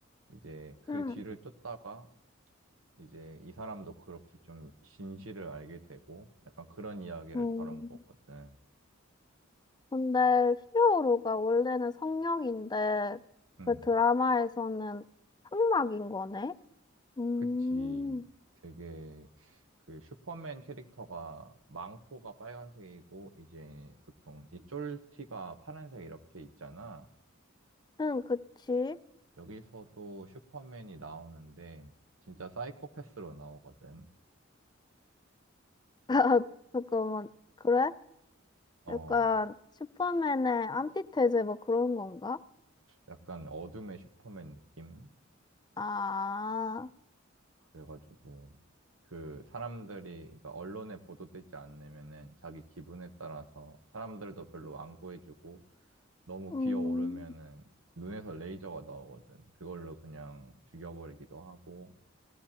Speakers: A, on the right; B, on the left.
A: 이제 그
B: 음,
A: 뒤를 쫓다가 이제 이 사람도 그렇게 좀 진실을 알게 되고 약간 그런 이야기를
B: 음,
A: 다룬 거거든.
B: 근데 히어로가 원래는 성역인데
A: 음,
B: 그 드라마에서는 흑막인 거네? 음,
A: 그치. 되게 그 슈퍼맨 캐릭터가 망토가 빨간색이고 이제 보통 이 쫄티가 파란색 이렇게 있잖아.
B: 응 그치?
A: 여기서도 슈퍼맨이 나오는데 진짜 사이코패스로 나오거든.
B: <laughs> 잠깐만, 그래?
A: 어,
B: 약간 슈퍼맨의 안티테제 뭐 그런 건가?
A: 약간 어둠의 슈퍼맨 느낌?
B: 아,
A: 그래가지고 그 사람들이 그러니까 언론에 보도되지 않으면은 자기 기분에 따라서 사람들도 별로 안 구해주고 너무
B: 음,
A: 기어오르면은 눈에서 레이저가 나오거든. 그걸로 그냥 죽여버리기도 하고